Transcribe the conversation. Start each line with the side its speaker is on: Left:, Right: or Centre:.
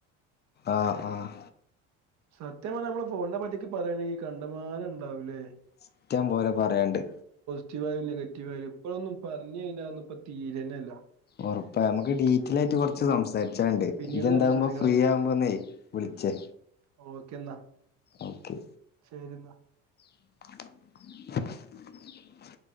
Left: ആഹ് ആഹ്
Right: സത്യം പറഞ്ഞാൽനമ്മള് ഫോണിനെ പറ്റിട്ട് പറയയാണെങ്കിൽ കണ്ടമാനം ഉണ്ടാവുമല്ലേ
Left: ഇഷ്ടംപോലെ പറയാണ്ട്
Right: ആക്റ്റിആയാലും നെഗറ്റീവ് ആയാലും ഇപ്പോളൊന്നും പറഞ്ഞകഴിഞ്ഞാൽ തീരുക തന്നെ ഇല്ല
Left: ഉറപ്പ നമുക്ക് ഡീറ്റെൽ ആയിട്ട് കുറച്ച് സം സംസാരിച്ചണ്ട്
Right: ഉം പിന്നീട്
Left: നി എന്താകുമ്പോ
Right: സംസാരിക്കണം
Left: ഫ്രീ
Right: നമുക്ക്
Left: ആവുമ്പോ
Right: ഏതായാലും
Left: ഒന്നെവിളിച്ചേ
Right: ഉം ഓക്കെ എന്നാ
Left: ഓക്കെ
Right: ശരി എന്നാ
Left: <inaudible>